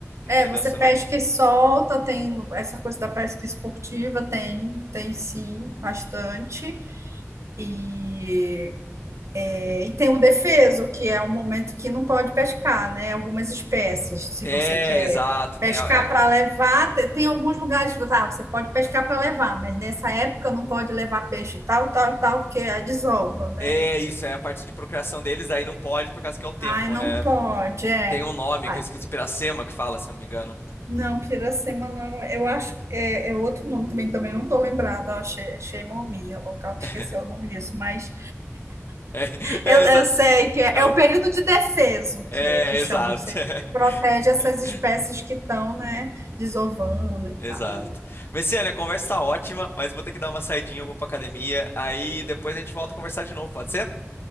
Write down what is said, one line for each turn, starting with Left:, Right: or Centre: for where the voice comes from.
Left: Entendeu?
Right: É, você
Left: Você
Right: pesca
Left: não
Right: e solta, tem essa coisa da pesca esportiva, tem, tem sim, bastante. E É, E tem o defeso, que é um momento que não pode pescar, né? Algumas espécies, se
Left: É,
Right: você quer
Left: exato. Tem,
Right: pescar
Left: a-
Right: para
Left: é,
Right: levar, te- tem alguns lugares que você ah, você pode pescar para levar, mas nessa época não pode levar peixe tal, tal, tal, porque a desova, né?
Left: É
Right: E tu-
Left: isso, é a parte de procriação deles, aí não pode por causa que é o tempo,
Right: Ai, não
Left: né?
Right: pode, é.
Left: Tem um nome
Right: Ah,
Left: que eu esqueci, Piracema que fala, se eu não me engano.
Right: não, piracema não, eu acho, é, é outro nome também, também não estou lembrada, ó, She- Sheimomi, é o local que
Left: <laughs>
Right: esqueceu o nome disso, mas
Left: É, é,
Right: Eu,
Left: exato.
Right: eu sei que é,
Left: É, algo-
Right: é o período de defeso
Left: é,
Right: que é que chamam,
Left: exato.
Right: que você protege
Left: <laughs>
Right: essas espécies que estão, né, desovando e tal.
Left: Exato. Messiane, a conversa tá ótima, mas eu vou ter que dar uma saidinha, eu vou pra academia, aí depois a gente volta a conversar de novo, pode ser?